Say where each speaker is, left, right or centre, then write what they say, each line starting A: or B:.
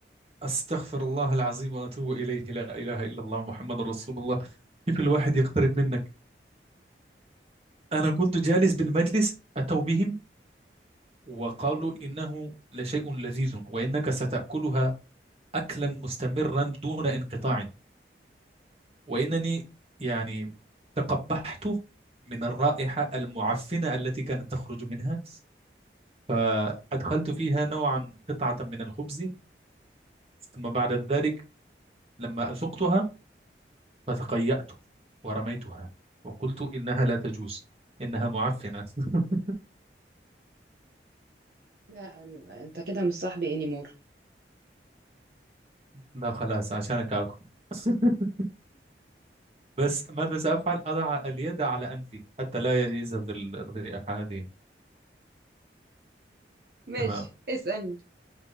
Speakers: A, on the right; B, on the right.
A: أستغفر الله العظيم وأتوب إليه لا إله إلا الله محمد رسول الله كيف الواحد يقترب منك أنا كنت جالس بالمجلس أتوا بهم وقالوا إنه لشيء لذيذ وإنك ستأكلها أكلا مستمرا دون انقطاع وإنني يعني تقبحت من الرائحة المعفنة التي كانت تخرج منها فأدخلت فيها نوعا قطعة من الخبز ثم بعد ذلك لما أذقتها فتقيأت ورميتها وقلت إنها لا تجوز إنها معفنة <laughs>
B: لا انت كده مش صاحبي انيمور
A: لا خلاص عشانك آكل <laughs> بس ماذا سأفعل أضع اليد على أنفي حتى لا يذهب الرائحة هذه
B: ماشي
A: تمام
B: اسألني